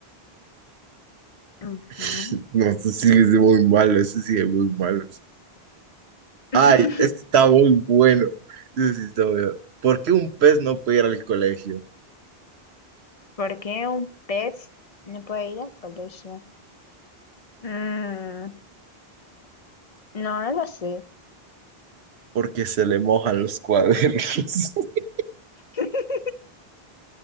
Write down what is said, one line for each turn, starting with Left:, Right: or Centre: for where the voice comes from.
Left: Ujú.
Right: <laughs> No, esos sí es muy malo, eso sí es muy malo.
Left: <laughs>
Right: Ay, este está muy bueno. Ese sí está bueno. ¿Por qué un pez no puede ir al colegio?
Left: ¿Por qué un pez no puede ir al colegio? Mm, no, no lo sé.
Right: Porque se le mojan los cuadernos. <laughs> Ese
Left: <laughs>